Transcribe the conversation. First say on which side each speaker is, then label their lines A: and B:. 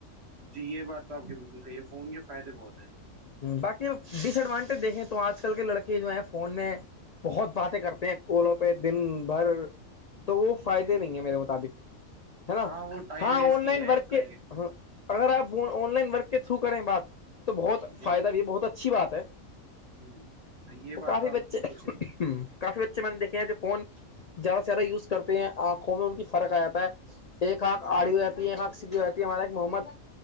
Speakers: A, on the right; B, on the left.
A: جی یہ بات تو آپ کے بالکل صحیح ہے فون کے فائدے بہت ہیں
B: باقی ڈس ایڈوانٹیج دیکھیں تو آج کل کے لڑکے جو ہیں فون میں بہت باتیں کرتے ہیں کوولوں پہ دن بھر تو وہ فائدے
A: جی
B: نہیں ہے میرے مطابق ہے نا
A: ہاں وہ ٹائم
B: ہاں
A: ویسٹ
B: آن لائن
A: ہی ہے
B: ورک کے
A: کر
B: ہاں اگر آپ آن لائن ورک کے تھرو کریں بات تو بہت
A: جی
B: فائدہ بھی ہے بہت اچھی بات ہے
A: ہوں صحیح یہ
B: وہ
A: بات
B: کافی
A: تو آپ
B: بچے
A: کی بالکل صحیح
B: کافی بچے میں نے دیکھے ہیں جو فون زیادہ سے زیادہ یوز کرتے ہیں آنکھوں میں ان کی فرق آ جاتا ہے ایک آنکھ آڑی
A: جی
B: ہو آتی ہے ایک آنکھ سیدھی ہو جاتی ہے ہمارا ایک محمد